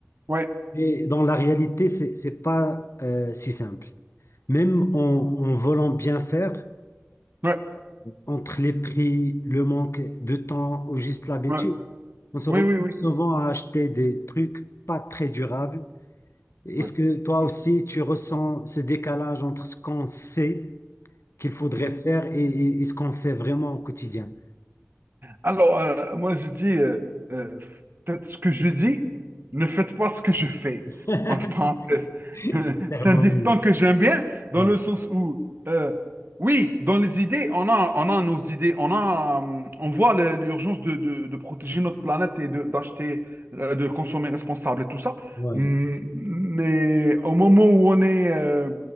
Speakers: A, on the right; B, on the left.
A: ouais,
B: Mais dans la réalité, c'est, c'est pas euh, si simple. Même en, en voulant bien faire,
A: ouais,
B: entre les prix, le manque de temps ou juste l'habitude,
A: ouais.
B: on se
A: oui,
B: retrouve
A: oui, oui.
B: souvent à acheter des trucs pas très durables. Est-ce
A: Ouais.
B: que toi aussi,
A: Mmh,
B: tu ressens ce décalage entre ce qu'on sait qu'il faudrait
A: Oui,
B: faire et, et- et ce qu'on fait vraiment au quotidien?
A: Alors, euh, moi, je dis, euh, euh, faites ce que je dis, ne faites pas ce que je fais.
B: Ouais.
A: Entre parenthèses. <laughs>
B: <laughs>
A: C'est
B: Sincèrement,
A: un dicton
B: oui.
A: que j'aime bien, dans
B: Ouais,
A: le sens où, euh, oui, dans les idées, on a, on a nos idées, on a, hum, on voit le- l'urgence de, de- de protéger notre planète et de- d'acheter, euh, de consommer responsable et tout ça.
B: ouais,
A: Hum, Mais au moment où on est euh,